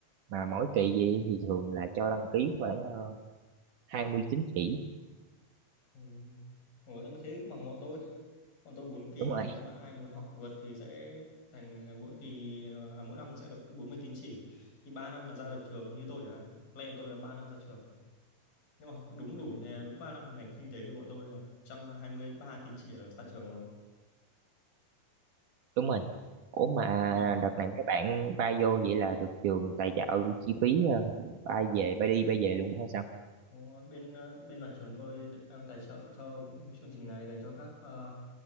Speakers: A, on the right; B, on the left.
A: mà mỗi kỳ gì thì thường là cho đăng ký khoảng ờ, hai mươi tín chỉ
B: ừ. Ủa, nhưng mà thế bằng bọn tôi bọn tôi 4 kỳ
A: đúng rồi
B: thì nếu mà ai muốn học vượt thì sẽ thành mỗi kỳ ờ, à, mỗi năm sẽ được 40 tín chỉ thì 3 năm là ra được trường như tôi chẳng hạn plan tôi là 3 năm ra trường nếu mà học đúng đủ như thế đúng 3 năm ngành kinh tế của bọn tôi là 123 tín chỉ là ra trường rồi
A: đúng rồi ủa mà
B: Ủa mà
A: đợt này mấy bạn bay vô vậy là được trường tài trợ chi phí ờ, bay về bay đi bay về luôn hay sao
B: Đúng rồi. Bên ờ, bên nhà trường tôi đã- đang tài trợ cho vụ chương trình này dành cho các ờ,